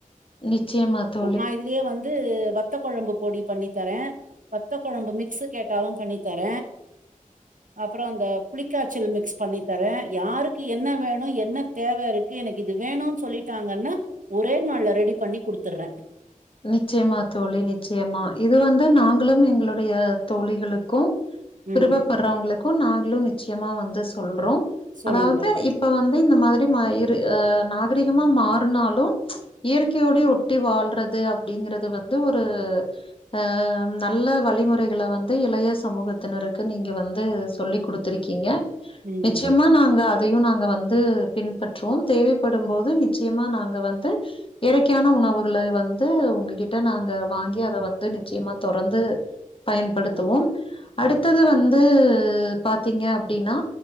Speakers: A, on the left; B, on the right.
A: நிச்சயமாத்தா
B: நா இதுலயே வந்து வத்த கொழம்பு பொடி பண்ணி தர வத்த குழம்பு மிக்ஸு கேட்டாலு பண்ணி தர அப்பறோ இந்த புளிக்காச்சல் மிக்ஸ் பண்ணி தர யாருக்கு என்ன வேணு என்ன தேவ இருக்கு எனக்கு இது வேணுன்னு சொல்லிட்டாங்கன்னா ஒரே நாள்ல ரெடி பண்ணி குடுத்தடுற
A: நிச்சயமா தோழி நிச்சயமா இது வந்து நாங்களு எங்களுடையே தோழிகளுக்கு
B: ம்
A: பிறுப படுறவுங்களுக்கு நாங்களு நிச்சயமா வந்து சொல்றோ
B: சொல்லுங்கோ
A: அதாவது இப் இப்ப வந்து இந்த மாதிரி மயிரு ஆ நாகரிகமா மாறனாலு இயற்கையோடே ஒட்டி வாழ்றது அப்டிங்கறது வந்து ஒரு ஆ நல்ல வழிமுறைகளை வந்து இளைய சமூகத்தினருக்கு நீங்க வந்து சொல்லி குடுத் துருக்கீங்க
B: ம்
A: நிச்சயமா நாங்க அதையு நாங்க வந்து பின்பற்றுவோ தேவைப்படும் போது நிச்சயமா நாங்க வந்து இயற்கையான உணவுகள வந் து உங்ககிட்ட நாங்க வாங்கி அத வந்து நிச்சயமா தொடர்ந்து பயன்படுத்துவோ அடுத்தது
B: ம்
A: வந்து பாத்தீங்க அப்டினா